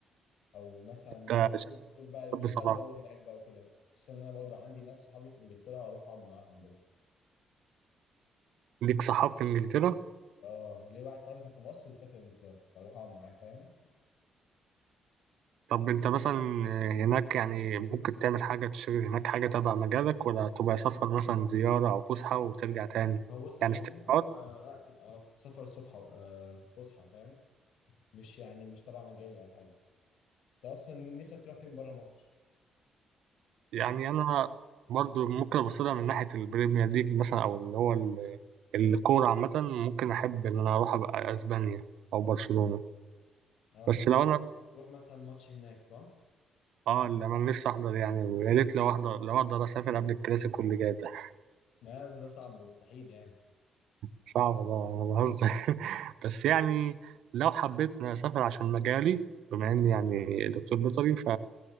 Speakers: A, on the left (about 75°); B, on the right (about 75°).
A: أو مثلا
B: أنت
A: وأشوف بشوف بقى وأشوف
B: شاب صلاح
A: بقى الجو هناك بقى وكده خصوصا إن أنا برضو عندي ناس صحابي في إنجلترا أروح أقعد معاهم برضو
B: ليك صحاب في إنجلترا؟
A: اه ليه واحد صاحبي كان في مصر وسافر انجلترا فاروح اقعد معاه فاهم
B: طب أنت مثلا هناك يعني ممكن تعمل حاجة تشتغل هناك حاجة تبع مجالك ولا تبقى سفر مثلا زيارة أو فسحة وترجع تاني؟
A: هو بص
B: يعني
A: ما هي
B: استقرار
A: دي ممكن تبقى لا تبقى سفر صفحة آه، فسحة فاهم مش يعني مش تبع مجالي او حاجة انت اصلا نفسك تروح فين بره مصر؟
B: يعني انا برضو ممكن ابص لها من ناحيه البريمير ليج مثلا او اللي هو ال- الكوره عامه ممكن احب ان انا اروح ابقى اسبانيا او برشلونه
A: اه
B: بس
A: نفسك
B: لو انا
A: تروح مثلا تروح مثلا ماتش هناك صح؟
B: اه اللي انا نفسي احضر يعني يا ريت لو احضر لو اقدر اسافر قبل الكلاسيكو اللي جاي ده
A: لا بس ده صعب مستحيل يعني
B: صعب ده انا بهزر <laughs> بس يعني لو حبيت إني اسافر عشان مجالي بما اني يعني دكتور بيطري